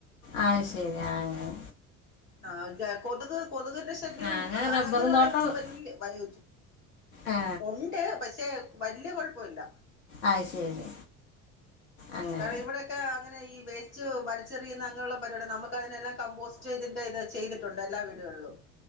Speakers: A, on the left; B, on the left.
A: അഹ് ശരി. ആഹ്
B: ആഹ് ന്നെ കൊതുക് കൊതുകിന്റെ ശല്യം
A: ആ അങ്ങനെ
B: അങ്ങ
A: റബ്ബർ
B: അങ്ങനെയുള്ള
A: തോട്ടം
B: ഇതൊന്നും
A: ഉള്ള-
B: വല്യ വരി
A: ആ
B: ഉണ്ട്. പക്ഷെ വല്യ കൊഴപ്പല്യ.
A: അയ് ശരി. അങ്ങനെ
B: കാരണം ഇവിടെക്കെ അങ്ങനെഈ വേസ്റ്റ് വരിച്ചെറിയുന്ന അങ്ങനെയുള്ള പരിപാടി ഒന്നും നമുക്ക് അതിനെല്ലാം കമ്പോസ്റ്റ് റ്റ തിന്റെ ഇത് ചെയ്തിട്ടുണ്ട്. എല്ലാ വീടുകളിലും.